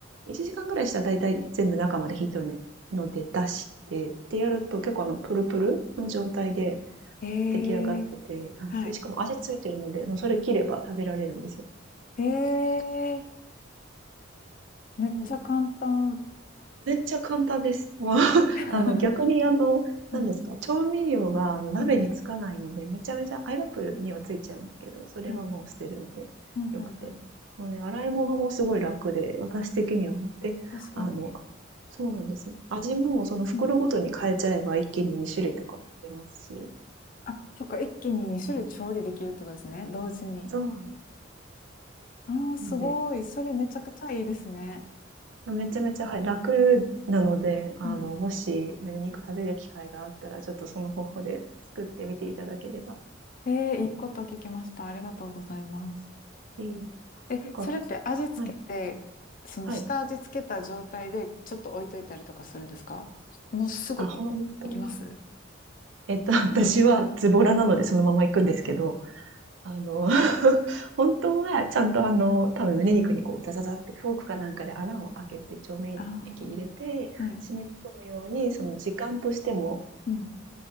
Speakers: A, on the right; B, on the left.
A: 1時間ぐらいしたらだいたい全部中まで火止めるので出して、ってやると結構あの、プルプルの状態で、
B: えー、
A: 出来上がってて、
B: はい。
A: で、しかも味ついてるので、もうそれ切れば食べられるんですよ。
B: えーめっちゃ簡単。
A: うんめっちゃ簡単です。もう、<laughs>
B: <laughs>
A: あの、逆にあの、
B: うん、
A: 何ですか、調味料があの鍋につかないので、
B: うん、
A: めちゃめちゃ、アイラップにはついちゃいますけど、それはもう捨てるので、
B: はい、はい、はい、
A: よくて。
B: はい。
A: なので、洗い物もすごい楽で、私的には思って、
B: 確かに。
A: あの、そうなんですよ。味もその袋ごとに変えちゃえば一気に2種類とか作れますし、
B: うん。あ、そっか、一気に2種類調理できるってことですね、同時に。
A: そう。
B: ああ、すごい。
A: なので、
B: それめちゃくちゃいいですね。
A: めちゃめちゃ、はい、楽なので、あの、
B: は
A: もし、胸肉食べる機会があったら、ちょっとその方法で作ってみていただければ。
B: い。えー、いいこと聞きました。ありがとうございます。
A: ええ
B: え、
A: なんか、
B: それって味付けて、
A: はい、
B: その下味付けた状態でちょっと置いといたりとかするんですかもうすぐい、
A: はい。あ、本当は。
B: いきます
A: えっと、<laughs> 私はズボラなのでそのまま行くんですけど、
B: <laughs>
A: あの、<laughs> 本当はちゃんとあの、多分胸肉にこう、ザザザってフォークかなんかで穴を開けて調味液入れて、
B: ああー、はい。
A: 染み込むように、その時間としても、
B: うん、